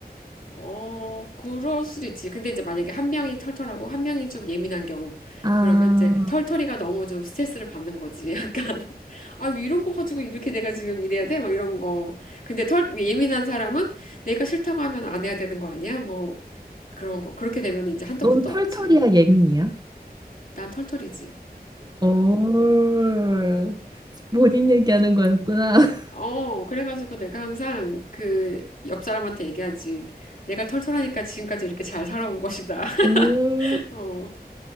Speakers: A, on the left; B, on the right.
A: 어, 그럴 수도 있지. 근데 이제 만약에 한 명이 털털하고 한 명이 좀 예민한 경우,
B: 아,
A: 그러면 이제 털털이가 너무 좀 스트레스를 받는 거지. <laughs> 약간, 아, 왜 이런 거 가지고 이렇게 내가 지금 이래야 돼? 막 이런 거. 근데 털, 예민한 사람은 내가 싫다고 하면 안 해야 되는 거 아니야? 뭐, 그런 거. 그렇게 되면 이제 한도
B: 넌
A: 끝도
B: 털털이야,
A: 없지.
B: 예민이야?
A: 난 털털이지.
B: 오,
A: 어,
B: 본인 얘기하는 거였구나. <laughs>
A: 어, 그래가지고 내가 항상 그 옆 사람한테 얘기하지. 내가 털털하니까 지금까지 이렇게 잘 살아온 것이다. <laughs>
B: 음,
A: 어,